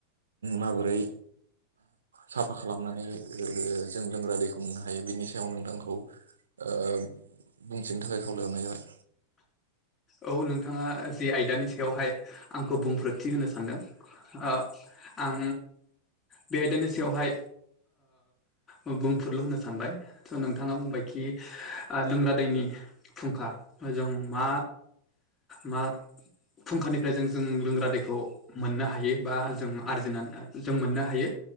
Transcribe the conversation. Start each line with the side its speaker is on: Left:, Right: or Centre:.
Right: माबोरै साफा खालामनानै ओ जों लोंग्रा दैखौ मोननो हायो बिनि सायाव नोंथांखौ ओ बुंथिनो थाखाय खावलायहरनाय जाबाय।
Left: औ नोंथाङा जिे आयदानि सायावहाय आंखौ बुंफोरोथि होनो सानदों। ओ आं बे आयदानि सायावहाय ओ बुंफोरुरलु होनो सानबाय स' नोंथाङा बुंबायखि लोंग्रा दैनि फुंखा जों मा मा फुंखानिफ्राय जों जों लोंग्रा दैखौ मोननो हायो बा जों आरजिनानै जों मोननो हायो